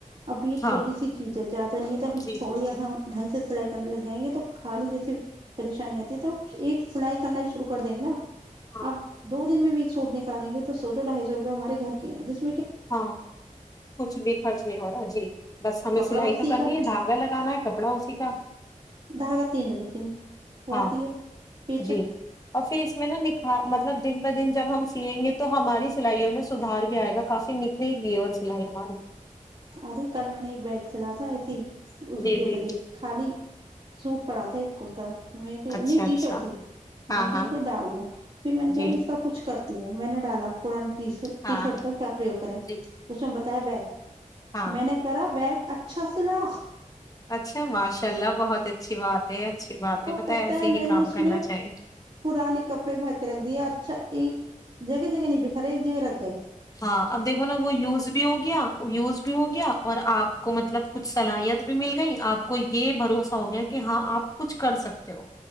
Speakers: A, on the right; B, on the left.
A: اب یہ
B: ہاں
A: چھوٹی سی چیز ہے زیادہ نہیں ہے
B: جی
A: تو ہم تھوڑی
B: جی جی
A: ہم ڈھنگ سے سلائی کرنے لگ جائیں گے تو خالی جیسی پریشانی آتی ہے تو ایک سلائی کرنا بھی شروع کر دیں گے نا
B: ہاں
A: اب دو دن میں بھی سوٹکالیں گے تو سو ڈھائی سو روپئے ہمارے گھر کے <unintelligible>
B: ہاں کچھ بھی خرچ نہیں ہو رہا جی بس ہمیں
A: کپڑا
B: سلائی
A: اسی
B: تو کرنی
A: کا
B: ہے دھاگا لگانا ہے کپڑا اسی کا
A: دھاگا تین روپے کی
B: ہاں
A: آتی ہے پیچک
B: جی اور پھر اس میں نا نکھار مطلب دن بہ دن جب ہم سیئیں گے تو ہماری سلائیوں میں سدھار بھی آئے گا کافی نکھل گئی اور سلائی ہماری
A: ارے کل میں نے ایک بگ چلا تھا ایسے ہی وہ
B: جی
A: ویڈیو
B: جی
A: پہ دیکھی
B: جی
A: خالی سوٹ پڑات تھا ایک کرتا میں نہیں
B: اچھا
A: ٹی
B: اچھا
A: شرٹ تھی
B: ہاں
A: میں
B: ہاں
A: کہ اسے ڈال دوں پھر میں نے
B: جی
A: کہہ رہی اس کا کچھ کر ہوں میں نے ڈالا پورن ٹی
B: ہاں
A: شرٹ
B: ہاں
A: کا کیا پریوگ کریں اس
B: جی
A: میں بتایا بیگ
B: ہاں
A: میں نے کرا بیگ اچھا سلا
B: اچھا ماشاء اللہ بہت اچھی بات ہے اچھی بات
A: اور پت
B: ایسے
A: ہے میں
B: ہی
A: نے
B: کام
A: اس
B: کرنا
A: میں
B: چاہیے
A: پرانے کپڑے بھر کے رکھ دیے اچھا یہ <inaudible> جگہ جگہ نہیںی ب خر ایک جگہ رگ گئے
B: ہاں اب دیکھو نا وہ یوز بھی ہو گیا یوز بھی ہو گیا اور آپ کو مطلب کچھ صلاحیت بھی مل گئی آپ کو کو یہ بھروسہ ہو گیا کہ ہاں آپ کچھ کر سکتے ہو